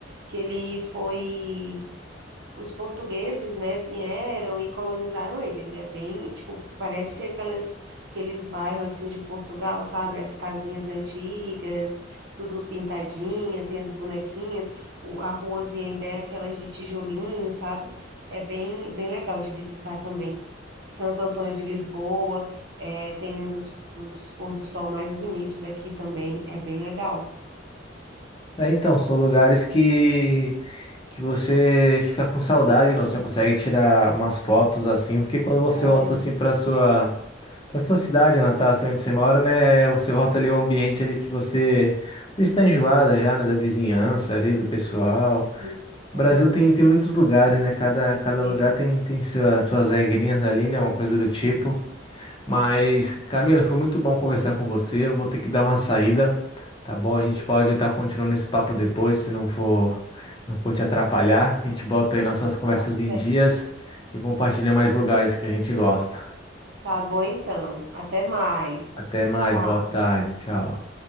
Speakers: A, on the right; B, on the left.
A: que ele foi os portugueses, né, vieram e colonizaram ele. Ele é bem, tipo, parece aquelas, aqueles bairros assim de Portugal, sabe? As casinhas antigas, tudo pintadinha, tem as bonequinhas, o, a ruazinha ainda é aquelas de tijolinho, sabe? É bem, bem legal de visitar também. Santo Antônio de Lisboa, é, tem um dos, dos pôr do sol mais bonito daqui também, é bem legal.
B: É, então são lugares que que você fica com saudade, não? Você consegue tirar umas fotos assim, porque quando você
A: É,
B: volta assim para sua Para sua cidade natal, assim onde você mora, né? Você volta ali ao ambiente ali que você está enjoada já, né? Da vizinhança ali, do pessoal.
A: sim. Aham,
B: O Brasil tem, tem muitos lugares, né? Cada, cada
A: é,
B: lugar tem, tem sua, suas regrinhas ali, né? Uma coisa do tipo.
A: é,
B: Mas,
A: muito
B: Camila, foi muito bom conversar com você. Eu vou ter que dar uma saída, tá bom?
A: tranquilo.
B: A gente pode estar continuando esse papo depois, se não for, não for te atrapalhar. A gente bota aí nossas conversas
A: Tá certo.
B: em dias e compartilha mais lugares que a gente gosta.
A: Tá bom então. Até mais.
B: Até mais,
A: Tchau.
B: boa tarde, tchau.